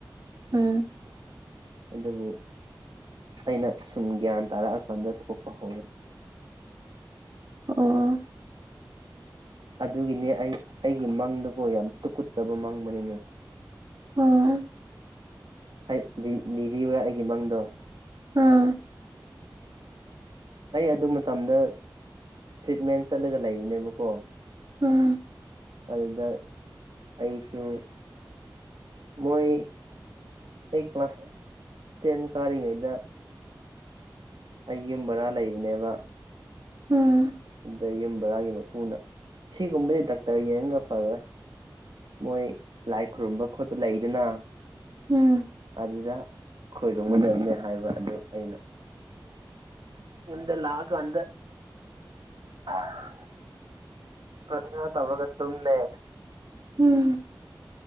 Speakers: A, on the right; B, on the right.
A: ꯎꯝ
B: ꯑꯗꯨꯕꯨ ꯑꯩꯅ ꯁꯨꯝ ꯒ꯭ꯌꯥꯟ ꯇꯥꯔꯛꯑꯀꯥꯟꯗ ꯊꯣꯛꯄ ꯍꯧꯔꯦ
A: ꯑꯣ
B: ꯑꯗꯨꯒꯤꯅꯦ ꯑꯩ ꯑꯩꯒꯤ ꯃꯪꯗꯨꯀꯣ ꯌꯥꯝ ꯇꯨꯀꯨꯠꯆꯕ ꯃꯪꯕꯅꯤꯅꯦ
A: ꯑꯣ
B: ꯍꯥꯏ ꯂꯤ ꯂꯤꯕꯤꯌꯨꯔꯥ ꯑꯩꯒꯤ ꯃꯡꯗꯣ
A: ꯑꯥ
B: ꯑꯩ ꯑꯗꯨ ꯃꯇꯝꯗ ꯇ꯭ꯔꯤꯠꯃꯦꯟ ꯆꯠꯂꯒ ꯂꯩꯕꯅꯦꯕꯀꯣ
A: ꯎꯝ
B: ꯑꯗꯨꯗ ꯑꯩꯁꯨ ꯃꯣꯏ ꯑꯩ ꯀ꯭ꯂꯥꯁ ꯇꯦꯟ ꯀꯥꯔꯤꯉꯩꯗ ꯑꯩ ꯌꯨꯝ ꯕꯔꯥ ꯂꯩꯕꯅꯦꯕ
A: ꯎꯝ
B: ꯑꯗꯨꯗ ꯌꯨꯝ ꯕꯔꯥꯒꯤ ꯃꯄꯨꯅ ꯁꯤꯒꯨꯝꯕꯗꯤ ꯗꯥꯛꯇꯔ ꯌꯦꯡꯒ ꯐꯔꯣꯏ ꯃꯣꯏ ꯂꯥꯏ ꯈꯨꯔꯨꯝꯕ ꯈꯣꯠꯄ ꯂꯩꯗꯅ
A: ꯎꯝ
B: ꯑꯗꯨꯗ ꯈꯣꯏꯔꯨꯝꯒꯗꯕꯅꯤ ꯍꯥꯏꯕ ꯑꯗꯨ ꯑꯩꯅ ꯌꯨꯝꯗ ꯂꯥꯛꯑ ꯀꯥꯟꯗ <unintelligible> ꯄ꯭ꯔꯊꯅꯥ ꯇꯧꯔꯒ ꯇꯨꯝꯃꯦ
A: ꯎꯝ